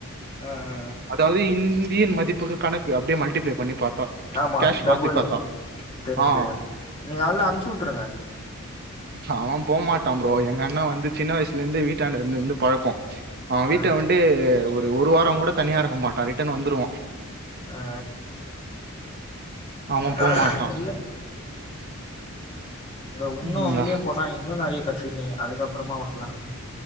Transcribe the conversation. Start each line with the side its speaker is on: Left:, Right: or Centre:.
Left: ஆ ஆ ஆ
Right: அத் தாது இந்தியன் மதிப்புக்கு கணக்கு அப்டியே மல்டிப்ளே பண்ணி பாத்தா
Left: ஆமா
Right: கேஷ்
Left: டபுலு
Right: மாத்தி பாத்தா
Left: தெரியு
Right: ஆ
Left: தெரியு நீங்க அதுல அமுச்சுட்ருங்க
Right: அவ போமாட்டா ப்ரோ எங்க அண்ணா வந்து சின்ன வயசுல இருந்து வீட்டாண்ட இருந்து இருந்து பழக்கோ அவ வீட்ட
Left: ஆ
Right: வன்ட்டு ஒரு ஒரு வார கூட தனியா இருக்க மாட்டா ரிட்டன் வந்துருவா
Left: ஆ
Right: அவ
Left: ஆ
Right: போமாட்டா
Left: இல்ல இல்ல இன்னு
Right: ம் யா
Left: வெளிய போனா இன்னு நெறைய கத்துக்குவிங்க அதுக்கப்றமா வர்லால